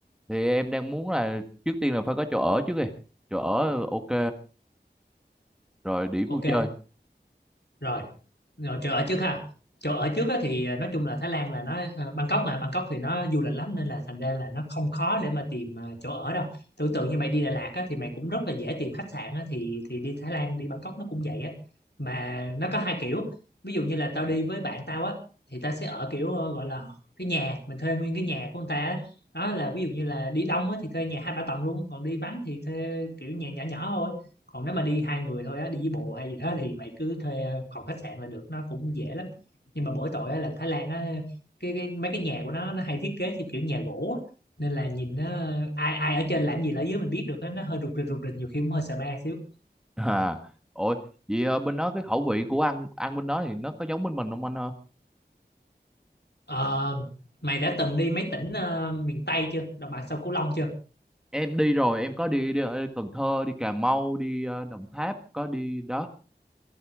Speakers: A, in the centre; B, on the left.
A: Thì em đang muốn là trước tiên là phải có chỗ ở trước đi. Chỗ ở ok rồi điểm
B: ok
A: vui chơi
B: rồi rồi chỗ ở trước ha chỗ ở trước á thì à, nói chung là Thái Lan là nó ờ, Bangkok mà Bangkok thì nó du lịch lắm nên là thành ra là nó không khó để mà tìm ờ, chỗ ở đâu tưởng tượng như mày đi Đà Lạt á thì mày cũng rất là dễ tìm khách sạn á thì thì đi Thái Lan đi Bangkok nó cũng vậy á mà nó có hai kiểu ví dụ như là tao đi với bạn tao á thì tao sẽ ở kiểu ờ, gọi là cái nhà mình thuê nguyên cái nhà của người ta á đó là ví dụ như là đi đông á thì thuê nhà hai ba tầng luôn còn đi vắng thì thuê kiểu nhà nhỏ nhỏ thôi còn nếu mà đi hai người thôi á đi với bồ hay gì đó thì mày cứ thuê phòng khách sạn là được nó cũng dễ lắm nhưng mà mỗi tội á, là Thái Lan á cái, cái mấy cái nhà của nó nó hay thiết kế theo kiểu nhà gỗ á. nên là nhìn nó ai ai ở trên làm gì là ở dưới mình biết được á nó hơi rụt rịch rụt rịch nhiều khi cũng hơi sợ ma xíu
A: à ôi vậy ờ, bên đó cái khẩu vị của ăn ăn bên đó thì nó có giống bên mình không anh ha
B: Ờ, mày đã từng đi mấy tỉnh ờ, miền Tây chưa đồng bằng sông Cửu Long chưa
A: em đi rồi em có đi, đi ở Cần Thơ đi Cà Mau đi ờ, Đồng Tháp có đi đó